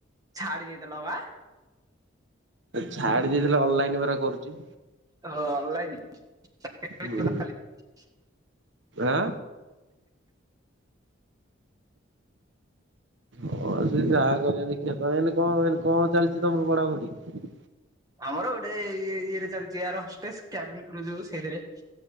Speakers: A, on the right; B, on the right.
A: ଛାଡ଼ି ଦେଇ ଥିଲ ବା?
B: ଛାଡି ଦେଇଥିଲେ ଅନଲାଇନ ପରା କରୁଛି।
A: ହ ଅନଲାଇନ। <unintelligible>
B: ହୁଁ ଆଁ। ହଁ ଯାହା କରିବା ଦେଖିବା ତ ଏଇନା କଣ ଏଇନା କଣ ଚାଲିଛି ତମର ପଢ଼ାପଢ଼ି?
A: ଆମର ଗୋଟେ ଇଏରେ ଚାଲିଛି <unintelligible> ସେଇଥିରେ।